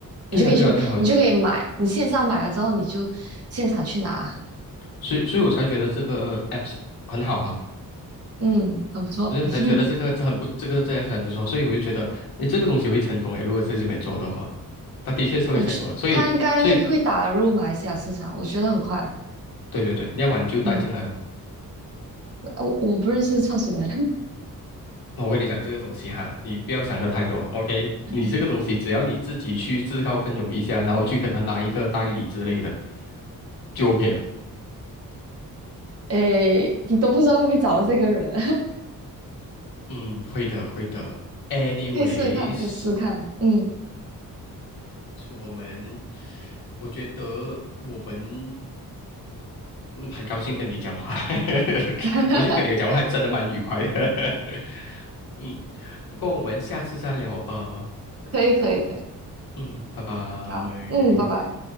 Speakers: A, on the left (about 85°); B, on the right (about 45°).
A: 对啊，
B: 你就可以去，
A: 对啊，对啊，
B: 你就可以买，你线上买了之后，你就现场去拿。
A: 所以所以我才觉得这个 apps 很好啊，
B: 嗯，很不错。
A: 我就才觉得这个这很不，
B: <laughs>
A: 这个这 apps 很不错，所以我就觉得，诶，这个东西会成功诶，如果在这边做的话，它的确是会成功的，
B: 我觉他应该会打入马来西亚市场，
A: 所以所以
B: 我觉得很快。
A: 对对对，要么你就带进来哦。
B: 嗯，我我不认识创始人，
A: 那我跟你讲这个东西哈，你不要想的太多，OK？
B: <laughs>
A: 你这个东西只要你自己去自告奋勇一下，然后去跟他拿一个代理之类的，就 OK 了。
B: 诶，你都不知道会不会找到这个人，
A: 嗯，会的，会的。Anyways，anyways，
B: <laughs> 可以试试看，可以试试看。嗯，
A: 我们，我觉得我们，嗯，很高兴跟你讲话，<laughs>
B: <laughs>
A: 我觉得跟你讲话还真的蛮愉快的。<laughs> 嗯，不过我们下次再聊吧。
B: 可以，可以，可以。
A: 嗯，拜拜。
B: 好，嗯，拜拜。